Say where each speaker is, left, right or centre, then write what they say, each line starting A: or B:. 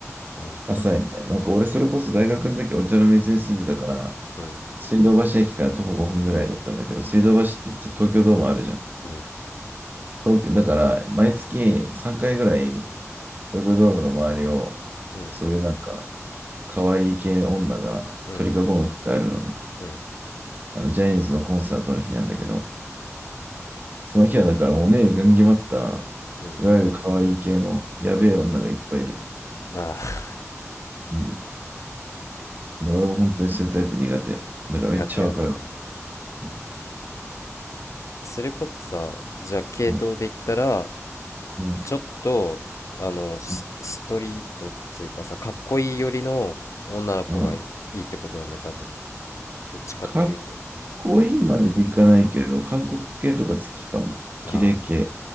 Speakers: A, on the left; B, on the right.
A: なんか、
B: 浅いね。なんか俺それこそ大学の時お茶の水に住んでたから、
A: うん。
B: 水道橋駅から徒歩5分ぐらいだったんだけど、水道橋って言ったら東京ドームあるじゃん。
A: うん
B: 東京、だから毎月3回ぐらい東京ドームの周りを、
A: うん
B: そういうなんか可愛い系女が取り囲む日があるのね。
A: うんうん
B: あの、ジャニーズのコンサートの日なんだけど、その日はだからもう目がんぎまった、
A: うん
B: いわゆる可愛い系のやべえ女がいっぱいいる。
A: うんあ
B: うん俺は本当にそういうタイプ苦手。だからめっちゃわかる。
A: ー苦手やな
B: うん、
A: それこそさじゃあ系統で言ったら
B: うん、うん、
A: ちょっとあのス、
B: うん。
A: ストリートっていうかさかっこいい寄りの女の子がいいってことやな多分
B: うん
A: どっちかっていうと
B: かっこいいまでいかないけど、韓国系とか好きかも。綺麗系。
A: ああ